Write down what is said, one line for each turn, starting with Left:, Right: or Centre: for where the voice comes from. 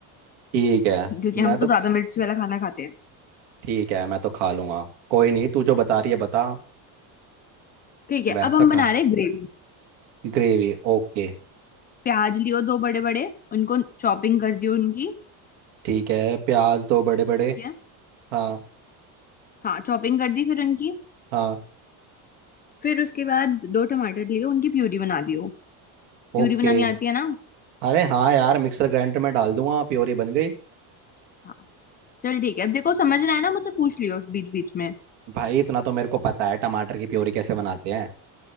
Right: ठीक है
Left: क्योंकि हम
Right: मैं तो
Left: तो ज्यादा मिर्ची वाला खाना खाते हैं
Right: ठीक है मैं तो खा लूँगा कोई नहीं तू जो बता रही है बता
Left: ठीक है
Right: वैसा
Left: अब हम बना
Right: खा
Left: रहे ग्रेवी
Right: Gravy okay
Left: प्याज लियो दो बड़े बड़े उनको चॉपिंग कर दियो उनकी
Right: ठीक है प्याज दो बड़े बड़े
Left: ठीक है
Right: हाँ
Left: हाँ चॉपिंग कर दी फिर उनकी
Right: हाँ
Left: फिर उसके बाद दो टमाटर लियो उनकी प्यूरी बना दियो
Right: ओके
Left: प्यूरी बनानी आती है ना
Right: अरे हाँ यार मिक्सर ग्राइंडर में डाल दूंगा प्योरी बन गई
Left: हाँ चल ठीक है अब देखो समझना है ना मुझसे पूछ लियो बीच बीच में
Right: भाई इतना तो मेरे को पता है टमाटर की प्योरी कैसे बनाते हैं